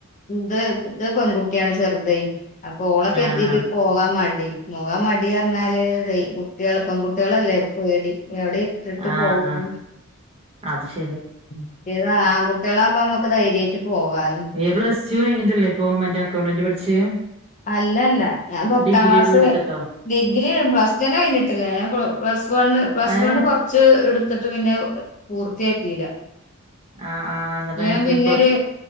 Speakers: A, on the left; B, on the right.
A: ഇത് ഇത് പെൺകുട്ടിയാണ് ചെറുതെ. അപ്പൊ ഓളെക്കര്തീട്ടെ.
B: ആഹ്
A: പോകാൻ മടി പോകാൻ മടി പറഞ്ഞാല് കുട്ടികൾ പെൺകട്ടികളല്ലേ ഇപ്പൊ പേടി എവിടെ. ഇട്ടിട്ട്
B: ആഹ്
A: പോവന്ന്
B: അ അത് ശ
A: മറ്റേത് ആൺകുട്ടികളാകുമ്പോ നമ്മക്ക് ധൈര്യയിട്ടു പോവാരുന്നു.
B: എ പ്ലസ് ടു കഴി ഞ്ഞിട്ടല്ലേ ഇപ്പോ മറ്റേ അക്കൗണ്ടന്റ് പഠിച്ചേ?
A: അല്ലല്ല ഞാൻ പത്താം
B: ഡിഗ്രി
A: ക്ലാസ്
B: ഒക്കെ എടുത്തിട്ടോ
A: ക ഡിഗ്രി പ്ലസ് ടെൻ കഴിഞ്ഞിട്ടില്ല ഞ പ്ലസ് വണ് പ്ലസ്
B: ഏഹ്
A: വണ്. കൊറച്ച് എടുത്തിട്ട് പിന്നെ പൂർത്തിയാക്കിയില്ല.
B: ആഹ് ആഹ് ന്നാ പിന്നെ
A: ഞൻ
B: അനക്ക്
A: പിന്നെരു
B: ഇപ്പൊ